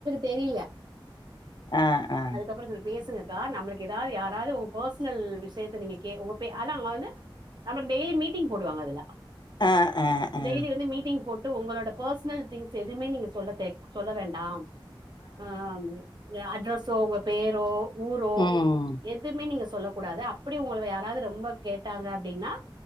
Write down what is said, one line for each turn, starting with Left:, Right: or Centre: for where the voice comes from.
Right: தெரியில
Left: ஆ ஆ
Right: அதுக்கப்புற சொல் பேசுங்கக்கா நம்மளுக்கு ஏதாது யாராவது உங்க பர்சனல் விஷயத்த நீங்க கே உங்க பே ஆனா அங்க வந்து நமக்கு டெய்லி மீட்டிங் போடுவாங்க அதுல
Left: ஆ ஆ ஆ
Right: டெய்லி வந்து மீட்டிங் போட்டு உங்களோட பர்சனல் திங்ஸ் எதுமே நீங்க சொல்ல தே சொல்ல வேண்டா ஆ ஏ அட்ரஸ் சோ உங்க பேரோ ஊரோ
Left: ம்
Right: எத் துமே நீங்க சொல்லக்கூடாது அப்டி உங்கள யாராது ரொம்ப கேட்டாங்க அப்டின்னா